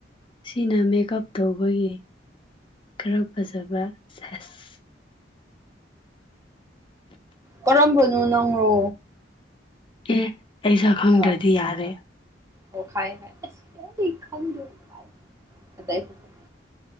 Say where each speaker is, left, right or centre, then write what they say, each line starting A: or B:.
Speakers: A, on the left; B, on the right.
A: ꯁꯤꯅ ꯃꯦꯀꯞ ꯇꯧꯕꯒꯤ ꯈꯔ ꯐꯖꯕ ꯁꯦꯁ꯫
B: ꯀꯔꯝꯕꯅꯣ ꯅꯪꯔꯣ꯫
A: ꯑꯦ ꯑꯩ ꯁꯛ ꯈꯪꯗ꯭ꯔꯗꯤ
B: ꯑꯥ
A: ꯌꯥꯔꯦ꯫
B: ꯑꯣ ꯈꯪꯉꯦ ꯈꯪꯉꯦ <unintelligible>